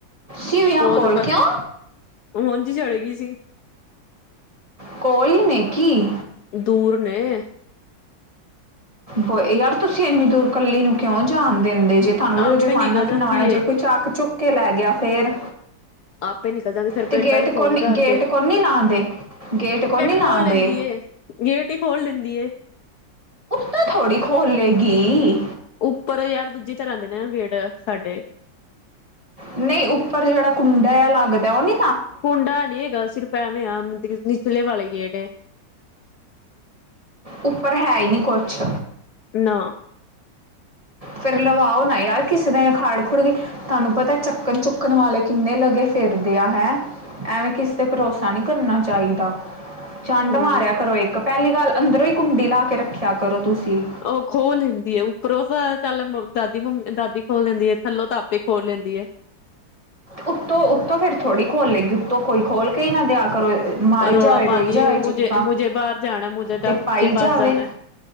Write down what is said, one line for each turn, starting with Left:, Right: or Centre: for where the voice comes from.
Right: ਸਿਵਿਆਂ
Left: ਉਹ
Right: ਕੋਲ,
Left: ਤਾਂ
Right: ਕਿਉਂ
Left: ਕ ਉਂਝ ਹੀ ਚਲੇ ਗਈ ਸੀ।
Right: ਕੋਈ ਨੇ ਕੀ?
Left: ਦੂਰ ਨੇ।
Right: ਬੋਏ ਯਾਰ ਤੁਸੀਂ ਇੰਨੀ ਦੂਰ ਕੱਲੀ ਨੂੰ ਕਿਉ ਜਾਣ ਦਿੰਦੇ ਜੇ। ਤੁਹਾਨੂੰ
Left: ਆਪੇ
Right: ਪ ਜ਼ਮਾਨਾ
Left: ਨਿਕਲ
Right: ਕਿੰਨਾ
Left: ਜਾਂਦੀ
Right: ਮਾੜਾ ਏ ਜੇ ਕੋਈ ਚੱਕ-ਚੁੱਕ ਕੇ ਲੈ ਗਿਆ ਫੇਰ।
Left: ਆਪੇ ਨਿਕਲ ਜਾਂਦੀ ਫੇਰ
Right: ਤੇ
Left: ਪਿੰਡ
Right: ਗੇਟ
Left: ਵਾਲੇ
Right: ਕੋਨੀ,
Left: ਫੋਨ ਕਰਦੇ
Right: ਗੇਟ ਕੋਨੀ ਲਾਂਦੇ। ਗੇਟ ਕੋਨੀ ਲਾਉਂਦੇ।
Left: ਖੋਲ ਲੈਂਦੀ ਏ ਗੇਟ ਹੀ ਖੋਲ ਲੈਂਦੀ ਏ
Right: ਤੋ ਥੋੜੀ ਖੋਲ੍ਹ ਲਏਗੀ।
Left: ਉੱਪਰ ਯਾਰ ਦੂਜੀੇ ਤਰ੍ਹਾਂ ਦੇ ਨੇ ਵੈਟ ਸਾਡੇ।
Right: ਨਈਂ ਉੱਪਰ ਜਿਹੜਾ ਕੁੰਡਾ ਜਿਆ ਲੱਗਦਾ ਉਹ ਨੀ
Left: ਕੁੰਡਾ ਨਈਂ ਹੈਗਾ ਸਿਰਫ ਐਂਵੇਂ ਆ ਮਤਲਬ ਨਿਚਲੇ ਵਾਲੇ ਗੇਟ ਏ।
Right: ਉੱਪਰ ਹੈ ਈ ਨਹੀਂ ਕੁੱਛ।
Left: ਨਾ।
Right: ਫੇਰ ਲਵਾਓ ਨਾ ਯਾਰ ਕਿਸ ਨੇ ਖੱੜ-ਖੁੱੜ ਗਈ, ਤੁਹਾਨੂੰ ਪਤਾ ਏ ਚੱਕਣ-ਚੁੱਕਣ ਵਾਲੇ ਕਿੰਨੇ ਲੱਗੇ ਫਿਰਦੇ ਆ ਹੈਂ ਐਵੇ ਕਿਸ ਤੇ ਭਰੋਸਾ ਨੀ ਕਰਨਾ ਚਾਈਦਾ। ਚੰਡ
Left: ਹੂੰ
Right: ਮਾਰਿਆ ਕਰੋ ਇੱਕ ਪਹਿਲੀ ਗੱਲ ਅੰਦਰੋਂ ਈ ਕੁੰਡੀ ਲਾ ਕੇ ਰੱਖਿਆ ਕਰੋ ਤੁਸੀ।
Left: ਉਹ ਖੋਲ ਲੈਂਦੀ ਹੈ ਉੱਪਰੋਂ ਤਾਂ ਚੱਲ ਮੱਮ ਦਾਦੀ ਮੱਮ ਅ ਦਾਦੀ ਖੋਲ ਲੈਂਦੀ ਏ ਥੱਲੋਂ ਤਾਂ ਆਪੇਈ ਖੋਲ ਲੈਂਦੀ ਏ।
Right: ਉੱਤੋਂ-ਉੱਤੋਂ ਫੇਰ ਥੋੜ੍ਹੀ ਖੋਲ੍ਹ ਲੇਗੀ ਉੱਤੋਂ ਕੋਈ ਖੋਲ ਕੇ ਈ ਨਾ ਦਿਆ ਕਰੋ। ਮਾਰੀ
Left: ਉਹ ਰੌਲਾ
Right: ਜਾਵੇ ਰੋਈ
Left: ਪਾਂਦੀ
Right: ਜਾਵੇ
Left: ਏ ਮੁਝੇ
Right: ਚਿੱਕਾਂ
Left: ਅ ਮੁਝੇ ਬਾਰ ਜਾਣਾ ਮੁਝੇ ਡਾੱਕਟ
Right: ਤੇ ਪਾਈ
Left: ਕੇ ਪਾਸ
Right: ਜਾਵੇ
Left: ਜਾਣਾ ਹੈ।